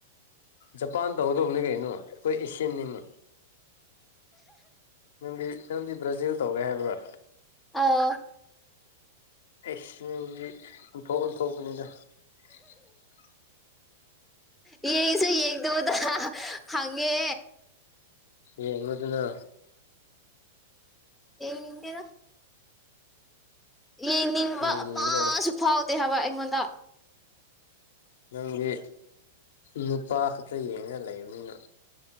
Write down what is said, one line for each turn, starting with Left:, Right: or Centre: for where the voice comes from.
Left: ꯖꯄꯥꯟ ꯇꯧꯍꯧꯗꯧꯕꯅꯤ ꯀꯩꯅꯣ ꯑꯩꯈꯣꯏ ꯑꯦꯁꯤꯌꯥꯟꯅꯤꯅꯤ ꯅꯪꯗꯤ ꯅꯪꯗꯤ ꯕ꯭ꯔꯥꯖꯤꯜ ꯇꯧꯒꯦ ꯍꯥꯏꯕ꯭ꯔꯥ
Centre: ꯑꯣ
Left: ꯑꯩ ꯁꯤ ꯑꯣꯟꯊꯣꯛ ꯑꯣꯟꯊꯣꯛꯄꯅꯤꯗ <inaudible>
Centre: ꯌꯦꯡꯉꯁꯤ ꯌꯦꯡꯗꯗ ꯍꯉꯦ
Left: ꯌꯦꯉꯗꯨꯅ
Centre: ꯌꯦꯡ ꯅꯤꯡꯗꯦꯔ ꯌꯦꯡꯅꯤꯡꯕ
Left: ꯌꯦꯡꯅꯤꯡꯒꯗꯕ
Centre: ꯑꯃꯁꯨ ꯐꯥꯎꯗꯦ ꯍꯥꯏꯕ ꯑꯩꯉꯣꯟꯗ
Left: ꯅꯪꯗꯤ ꯅꯨꯄꯥ ꯈꯛꯇ ꯌꯦꯡꯉ ꯂꯩꯕꯅꯤꯅ